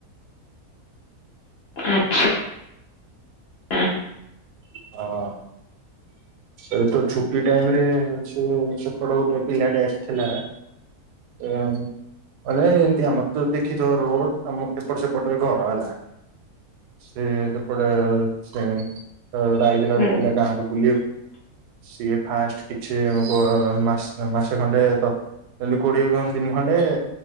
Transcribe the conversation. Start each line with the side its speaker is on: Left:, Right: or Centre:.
Left: ଆଚ୍ଛା।
Right: ହଁ। ଏ ତ ଛୁଟି ଟାଇମ ରେ ସେ ସେପଟ ଗୋଟେ ପିଲାଟେ ଆସିଥିଲା। ହଁ। <unintelligible> ଏମିତି ଆମର ତ ଦେଖିଥିବ ରୋଡ ଆମ ଏପଟ ସେପଟରେ ଘର ହେଲା। ସେ ସେପଟେ ସେ ଗୋଟେ ହେଇଥିଲା
Left: ହୁଁ।
Right: ଗୋଟେ ପିଲା ଗାଁ ର ବୁଲିବାକୁ।
Left: <inaudible>
Right: ସିଏ ଫାଷ୍ଟ କିଛି <unintelligible> ମା ମାସେ ଖଣ୍ଡେ ଏମିତି କୋଡିଏ କଣ ଦିନ ଖଣ୍ଡେ